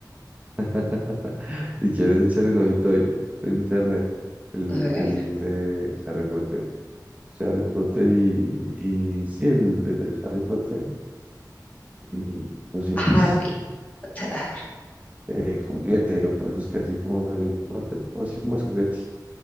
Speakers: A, on the right; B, on the left.
A: <laughs> Si quieres echarle un ojito ahí por internet. El,
B: A ver,
A: el de Harry Potter. sea, Harry Potter y, y sí, el, el de Harry Potter y pócimas,
B: Harry Potter.
A: eh, juguete, lo produzcas así como Harry Potter, pócimas, juguete,